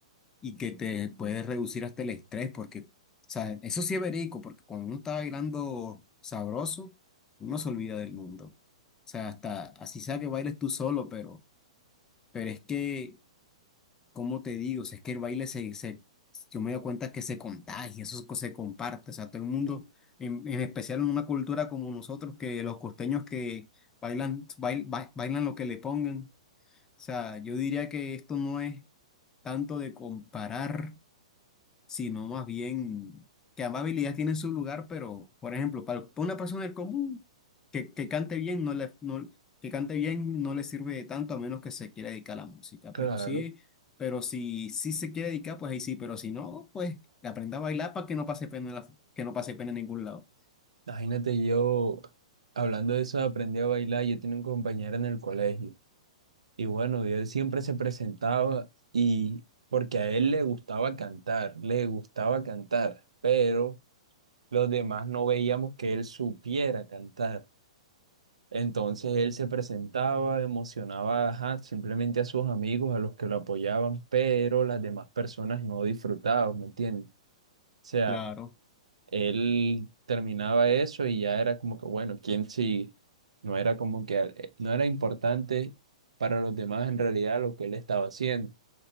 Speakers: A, on the left (about 15°); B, on the right (about 70°).
A: y que te puede reducir hasta el estrés, porque, o sea, eso sí es verídico, porque cuando uno está bailando sabroso, uno se olvida del mundo. O sea, hasta así sea que bailes tú solo, pero, pero es que, ¿cómo te digo? O sea, es que el baile se, se, yo me doy cuenta que se contagia, eso co- se comparte, o sea, todo el mundo, en, en especial en una cultura como nosotros, que los costeños que bailan, bail- ba- bailan lo que le pongan. O sea, yo diría que esto no es tanto de comparar, sino más bien que ambas habilidades tienen su lugar, pero, por ejemplo, para para una persona del común que, que cante bien, no le, no- que cante bien no le sirve de tanto a menos que se quiera dedicar a la música,
B: Claro.
A: pero sí, pero si sí se quiere dedicar, pues ahí sí, pero si no, pues aprenda a bailar para que no pase pena, en la- que no pase pena en ningún lado.
B: Imagínate yo hablando de eso, aprendí a bailar, yo tenía un compañero en el colegio. Y bueno, y él siempre se presentaba y porque a él le gustaba cantar, le gustaba cantar, pero los demás no veíamos que él supiera cantar. Entonces él se presentaba, emocionaba, ajá, simplemente a sus amigos, a los que lo apoyaban, pero las demás personas no disfrutaban, ¿me entiendes? O sea,
A: Claro.
B: él terminaba eso y ya era como que, bueno, ¿quién sí? No era como que, eh, no era importante para los demás en realidad lo que él estaba haciendo.